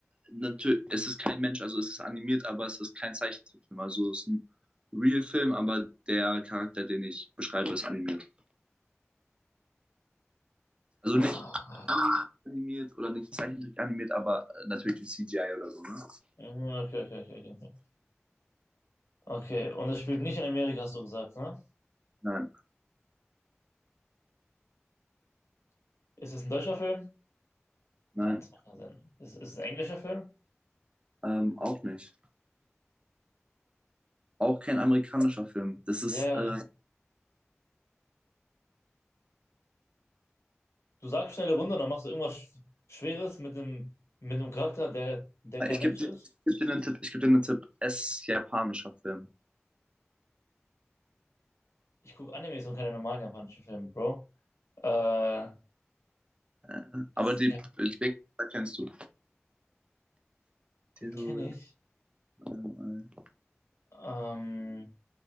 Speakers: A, on the right (about 25°); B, on the left (about 80°).
A: natürlich, es ist kein Mensch, also es ist animiert, aber es ist kein Zeichentrickfilm. Also es ist ein Real-Film, aber der Charakter, den ich beschreibe, ist animiert. Also
B: Ah,
A: nicht animiert oder nicht Zeichentrick animiert, aber äh, natürlich durch CGI oder so, ne?
B: mhm, okay, okay, okay, okay. Okay, Okay, und es spielt nicht in Amerika, hast du gesagt, ne?
A: Nein,
B: Ist es ein deutscher Film?
A: nein,
B: Nein, das macht keinen Sinn. Ist, ist es ein englischer Film?
A: ähm, auch nicht. Auch kein amerikanischer Film. Das
B: Ja,
A: ist, äh,
B: ja. du sagst schnelle Runde, dann machst du irgendwas Sch- Schweres mit einem, mit einem Charakter, der, der kein
A: ich
B: Mensch
A: gebe dir,
B: ist.
A: ich geb dir einen Tipp, ich gebe dir einen Tipp. Es ist japanischer Film.
B: Ich gucke Animes und keine normalen japanischen Filme, Bro. Äh,
A: Äh, aber
B: das,
A: die,
B: ja,
A: die Wegweiser kennst du. Titel,
B: den kenne ich.
A: äh,
B: Ähm,